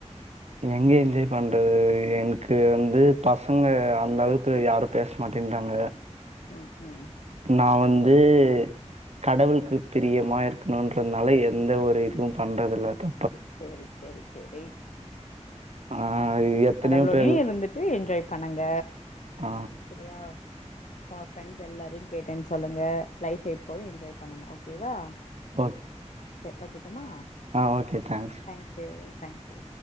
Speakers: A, on the right; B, on the left.
A: எங்க என்ஜாய் பண்றது எனக்கு வந்து பசங்க அந்த அளவுக்கு யாரும் பேச மாட்டேன்றாங்க
B: ம் ம்
A: நா வந்து கடவுளுக்கு பிரியமா இருக்கணும்ன்றதுனால எந்த ஒரு இதுவு பண்றது இல்லத்தா
B: சேரி சேரி சேரி
A: ஆ எத்தனையோ
B: கடவுளோடயே
A: பேர்
B: இருந்துட்டு என்ஜாய் பண்ணுங்க
A: அ
B: சரியா உங்க ஃப்ரெண்ட்ஸ் எல்லாரையு கேட்டேன்னு சொல்லுங்க லைஃப் எப்போது என்ஜாய் பண்ணுங்க ஓகேவா
A: ஓகே
B: ஒகே வைக்கட்டுமா
A: அ ஓகே தங்க்ஸ்
B: தேங்க்ஸு தேங்க்ஸு